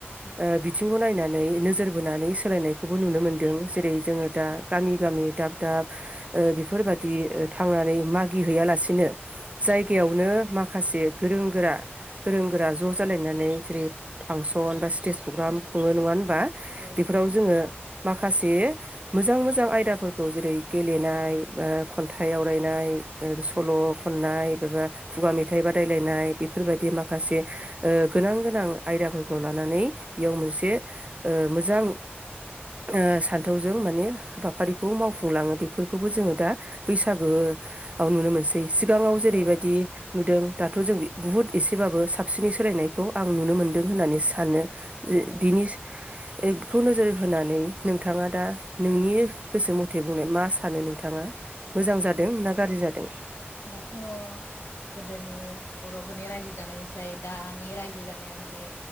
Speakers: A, on the right; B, on the left.
A: ओ बिथिंखौ नायनानै नोजोर बोनानै सोलायनायखौबो नुनो मोनदों जेरै जोङो दा गामि गामि दाब दाब ओ बेफोरबादि थांनानै मागिहैयालासिनो। जायगायावनो माखासे गोरों गोरा गोरों गोरा ज' जालायनानै जेरै फांसन बा स्टेज प्रग्राम
B: नंगौ
A: खुङो नङा ओम बा
B: नंगौ औ
A: बेफोराव
B: नंगौ
A: जोङो। माखासे मोजां मोजां आयदाफोरखौ जेरै गेलेनाय बा खन्थाइ आवरायनाय ओ सल'। खननाय बबा खुगा मेथाइ बादायलायनाय बेफोरबायदि माखासे ओ गोनां गोनां आयदाफोरखौ लानानै बेयाव मोनसे ओ मोजां ओ सान्थौजों माने हाबाफारिखौ मावफुंलाङो बेफोरखौबो जोङो दा बैसागोआव नुनो मोनसै। सिगाङाव जेरैबायदि
B: औ नंगौ
A: नुदों। दाथ' जों बि बुहुत एसेबाबो साबसिनै सोलायनायखौ आं नुनो मोन्दों होननानै सानो। जे
B: औ
A: बिनि। एखौ नोजोर होनानै नोंथाङा दा नोंनि गोसो मथे बुंनाय मा सानो नोंथाङा। मोजां जादों
B: औ
A: ना गाज्रि जादों।
B: दाथ' गोदोनि बर'फोरनि रायजो जानायनिसाय दानि रायजो जानाया माने